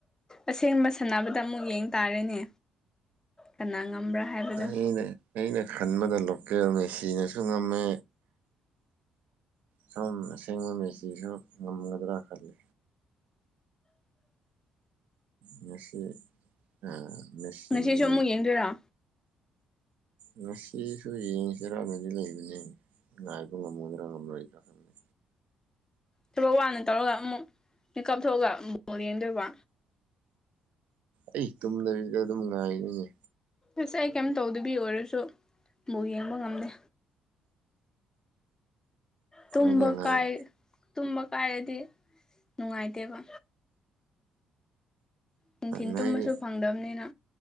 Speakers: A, on the left; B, on the right.
A: ꯑꯁꯦꯡꯕ ꯁꯥꯟꯅꯕꯗ ꯑꯃꯨꯛ ꯌꯦꯡ ꯇꯥꯔꯦꯅꯦ ꯀꯅꯥ ꯉꯝꯕ꯭ꯔꯥ ꯍꯥꯏꯕꯗꯣ
B: ꯑꯩꯅ ꯑꯩꯅ ꯈꯟꯕꯗ ꯂꯣꯀꯦꯜ ꯃꯦꯁꯤꯟꯅꯁꯨ ꯉꯝꯃꯦ ꯁꯨꯝ ꯑꯁꯦꯡꯕ ꯃꯦꯁꯤꯁꯨ ꯉꯝꯒꯗ꯭ꯔꯥ ꯈꯜꯂꯤ ꯉꯁꯤ ꯅꯥ ꯃꯦꯁꯤꯒꯤ
A: ꯉꯁꯤꯁꯨ ꯑꯃꯨꯛ ꯌꯦꯡꯗꯣꯏꯔꯣ
B: ꯉꯁꯤꯁꯨ ꯌꯦꯡꯁꯤꯔꯥꯅꯗꯤ ꯂꯩꯕꯅꯤ ꯉꯥꯏꯕ ꯉꯝꯒꯗ꯭ꯔꯥ ꯉꯝꯂꯣꯏꯗ꯭ꯔꯥ ꯈꯪꯗꯦ
A: ꯊꯕꯛ ꯋꯥꯅ ꯇꯧꯔꯒ ꯑꯃꯨꯛ ꯃꯦꯀꯞ ꯊꯣꯛꯑꯒ ꯑꯃꯨꯛ ꯕꯣꯜ ꯌꯦꯡꯗꯣꯏꯕ
B: ꯑꯩ ꯇꯨꯝꯗꯕꯤꯗ ꯑꯗꯨꯝ ꯉꯥꯏꯅꯤꯅꯦ
A: ꯑꯁ ꯑꯩ ꯀꯩꯝ ꯇꯧꯗꯕꯤ ꯑꯣꯏꯔꯁꯨ ꯕꯣꯜ ꯌꯦꯡꯕ ꯉꯝꯗꯦ ꯇꯨꯝꯕ
B: ꯅꯣꯏꯗꯤ ꯑꯉꯥꯡ
A: ꯀꯥꯏ ꯇꯨꯝꯕ ꯀꯥꯏꯔꯗꯤ ꯅꯨꯡꯉꯥꯏꯇꯦꯕ ꯅꯨꯡꯊꯤꯟ
B: ꯃꯥꯏ
A: ꯇꯨꯝꯕꯁꯨ
B: ꯃꯥꯒꯤ
A: ꯐꯪꯗꯕꯅꯤꯅ